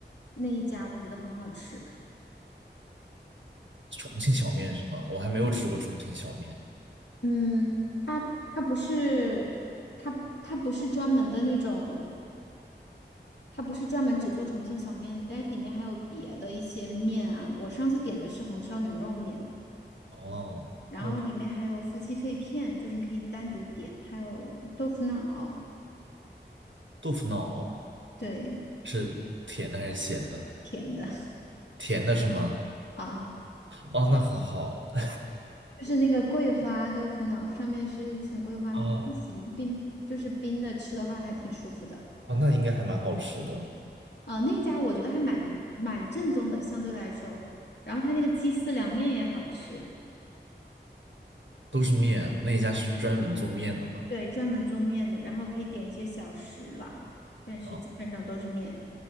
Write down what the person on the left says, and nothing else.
那一家我觉得很好吃。
嗯，它它不是它它不是专门的那种，它不是专门只做重庆小面的，但里面还有别的一些面啊。我上次点的是红烧牛肉面，
然后里面还有夫妻肺片，
就是你可以单独点，还有豆腐脑，
对，
甜的
<laughs> 啊，
就是那个桂花豆腐脑，上面是一层桂花面，
还行，冰就是冰的，吃的话还挺舒服的。
哦，那一家我觉得还蛮蛮正宗的，相对来说。然后他那个鸡丝凉面也好吃，
对，专门做面的，然后可以点一些小食啦，但是基本上都是面。